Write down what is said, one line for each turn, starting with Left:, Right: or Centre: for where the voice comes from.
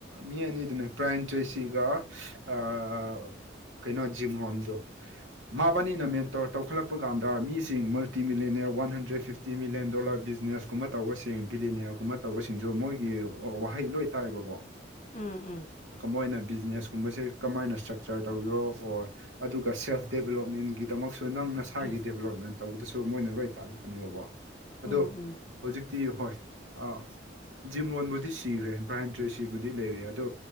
Right: ꯃꯤ ꯑꯅꯤꯗꯨꯅꯦ ꯄ꯭ꯔꯥꯏꯌꯟꯇ꯭ꯔꯦꯁꯤꯒ ꯑꯥ ꯀꯩꯅꯣ ꯖꯤꯝꯔꯣꯟꯗꯣ ꯃꯥꯕꯥꯅꯤꯅ ꯃꯦꯟꯇꯔ ꯇꯧꯈꯠꯂꯛꯄ ꯀꯥꯟꯗ ꯃꯤꯁꯤꯡ multimillionaire one hundred fifty million dollar ꯕꯤꯖꯤꯅꯦꯁꯀꯨꯝꯕ ꯇꯧꯕ ꯁꯤꯡ ꯕꯤꯂꯤꯅꯤꯌꯥꯔꯒꯨꯝꯕ ꯇꯧꯕꯁꯤꯡꯁꯨ ꯃꯣꯏꯒꯤ ꯋꯥꯍꯩ ꯂꯣꯏ ꯇꯥꯏꯕꯀꯣ
Left: ꯎꯝ ꯎꯝ
Right: ꯃꯣꯏꯅ ꯕꯤꯖꯤꯅꯦꯁ ꯀꯨꯝꯕꯁꯦ ꯀꯃꯥꯏꯅ ꯏꯁꯇ꯭ꯔꯛꯆꯔ ꯇꯧꯕꯤꯔꯣ ꯑꯣꯔ ꯑꯗꯨꯒ ꯁꯦꯜꯐ ꯗꯦꯕꯤꯂꯞꯃꯦꯟꯒꯤꯗꯃꯛ ꯅꯪ ꯅꯁꯥꯒꯤ
Left: ꯎꯝ
Right: ꯗꯦꯕꯤꯂꯞꯃꯦꯟ ꯇꯧꯕꯗꯁꯨ ꯃꯣꯏꯅ ꯂꯣꯏꯅ ꯇꯥꯛꯂꯛꯀꯅꯦꯕꯀꯣ
Left: ꯎꯝ
Right: ꯑꯗꯣ ꯍꯧꯖꯤꯛꯇꯤ ꯍꯣꯏ ꯑꯥ ꯖꯤꯝꯔꯣꯟ ꯕꯨꯗꯤ ꯁꯤꯈ꯭ꯔꯦ ꯄ꯭ꯔꯥꯏꯌꯟꯇ꯭ꯔꯦꯁꯤ ꯕꯨꯗꯤ ꯂꯩꯔꯤ ꯑꯗꯣ